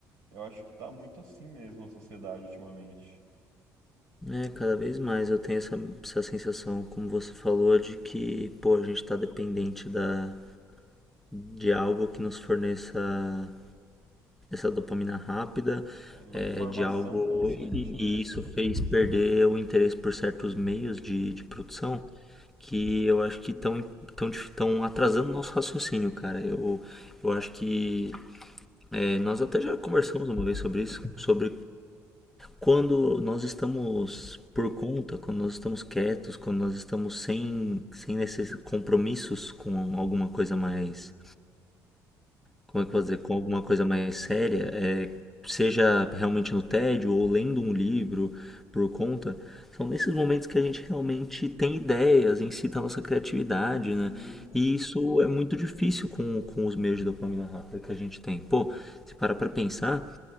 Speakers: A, on the right; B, in the centre.
A: eu acho que tá muito assim mesmo a sociedade ultimamente.
B: É, cada vez mais eu tenho essa, essa sensação, como você falou, de que, pô, a gente tá dependente da, de algo que nos forneça essa dopamina rápida,
A: É uma
B: é,
A: informação
B: de algo.
A: constante,
B: E,
A: né?
B: e isso fez perder o interesse por certos meios de, de produção que eu acho que estão tão, tão dif- tão atrasando o nosso raciocínio, cara. Eu, eu acho que. é, nós até já conversamos uma vez sobre isso, sobre Quando nós estamos por conta, quando nós estamos quietos, quando nós estamos sem, sem esses compromissos com alguma coisa mais, como é que eu vou dizer, com alguma coisa mais séria, é, seja realmente no tédio ou lendo um livro por conta, são nesses momentos que a gente realmente tem ideias, incita a nossa criatividade,
A: Sim,
B: né? E isso é muito difícil com, com os meios de dopamina rápida que a gente tem. Pô, se parar pra pensar,